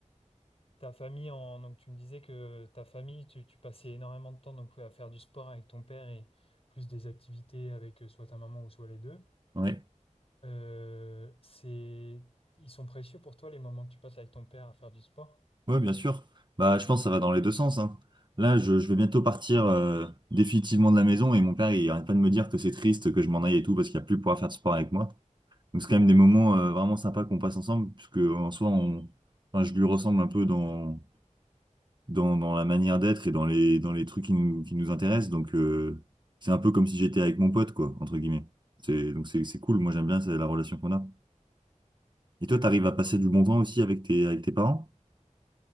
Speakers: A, on the left; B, on the right.
A: ta famille, en... donc tu me disais que ta famille, tu, tu passais énormément de temps donc, à faire du sport avec ton père et plus des activités avec euh, soit ta maman ou soit les deux.
B: Ouais.
A: Euh, c'est... Ils sont précieux pour toi les moments que tu passes avec ton père à faire du sport?
B: Oui, bien sûr. Bah, je pense que ça va dans les deux sens, hein. Là, je, je vais bientôt partir euh, définitivement de la maison et mon père, il arrête pas de me dire que c'est triste que je m'en aille et tout parce qu'il n'y a plus pouvoir faire de sport avec moi. Donc, c'est quand même des moments euh, vraiment sympas qu'on passe ensemble, puisque en soi, on... enfin, je lui ressemble un peu dans, dans, dans la manière d'être et dans les, dans les trucs qui nous, qui nous intéressent. Donc, euh, c'est un peu comme si j'étais avec mon pote, quoi, entre guillemets. C'est, donc, c'est, c'est cool. Moi, j'aime bien c'est la relation qu'on a. Et toi, t'arrives à passer du bon temps aussi avec tes, avec tes parents?